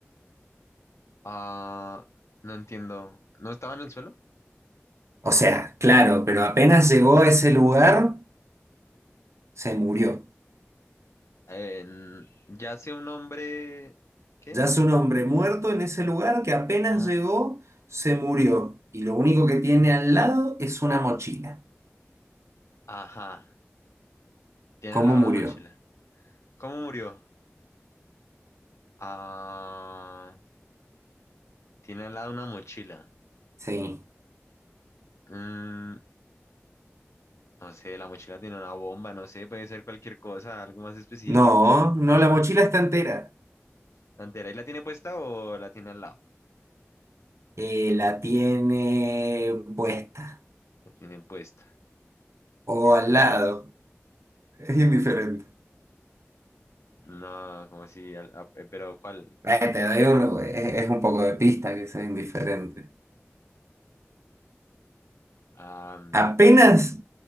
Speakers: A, on the left; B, on the right.
A: Ah, no entiendo. ¿No estaba en el suelo?
B: O sea, claro, pero apenas llegó a ese lugar, se murió.
A: En- ya sé un hombre. ¿Qué?
B: Ya es un hombre muerto en ese lugar que apenas
A: Ajá.
B: llegó, se murió. Y lo único que tiene al lado es una mochila.
A: Ajá. Tiene
B: ¿Cómo
A: al lado una
B: murió?
A: mochila. ¿Cómo murió? Ah, tiene al lado una mochila.
B: Sí.
A: Mm, no sé, la mochila tiene una bomba, no sé, puede ser cualquier cosa, algo más específico.
B: No, no, la mochila está entera.
A: ¿Santera? ¿Y la tiene puesta o la tiene al lado?
B: Eh, la tiene puesta
A: La tienen puesta.
B: o
A: Y estaba
B: al lado.
A: muerta.
B: Es indiferente.
A: No, como así? Al- ah, eh, ¿Pero cuál?
B: Eh, te doy uno, es, es un poco de pista que sea indiferente.
A: Am,
B: Apenas